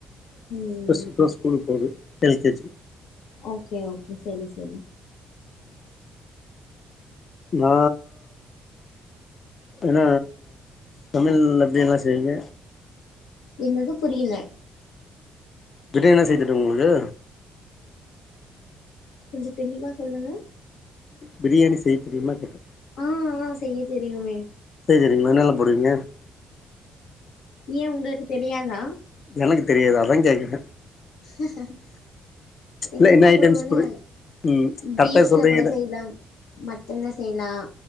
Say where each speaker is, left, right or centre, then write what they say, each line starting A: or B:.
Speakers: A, on the left (about 80°); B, on the left (about 45°).
A: ம்
B: ஃபர்ஸ்ட் இப்பதா ஸ்கூலுக்கு போகுது L K G
A: okay okay சொல்லு சொல்லு
B: ம் நா என்ன தமிழ் அப்டியெல்லா செய்ங்க
A: என்னது புரியல
B: பிரியாணில்லா செய்ய தெரிமா உங்களுக்கு
A: கொஞ்சோ தெளிவா சொல்லுங்க
B: பிரியாணி செய்ய தெரியுமா கேட்ட
A: ஆ ஆ செய்ய தெரியுமே
B: செய்ய தெரியுமா என்னென்ன போடுவீங்க
A: ஏன் உங்களுக்கு தெரியாதா
B: எனக்கு தெரியாது அதா கேக்குற
A: <unintelligible> என்னன்ன
B: இல்ல என்ன ஐட்டம்ஸ்
A: போடுவனா
B: புரி ம் கரெக்டா
A: பீஃப்ல
B: சொல்றீங்கல்ல
A: கூட செய்வ மட்டன்ல செய்லா